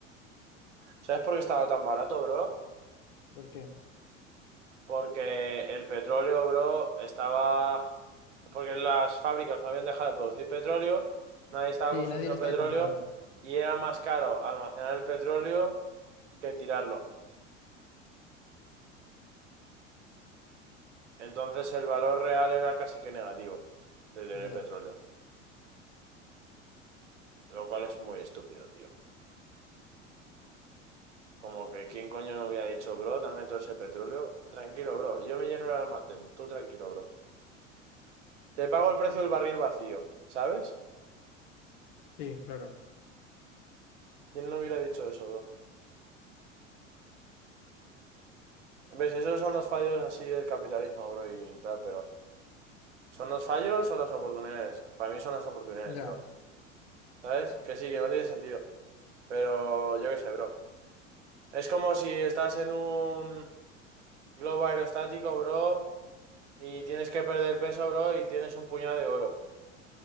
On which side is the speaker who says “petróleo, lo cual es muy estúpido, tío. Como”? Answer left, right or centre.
Right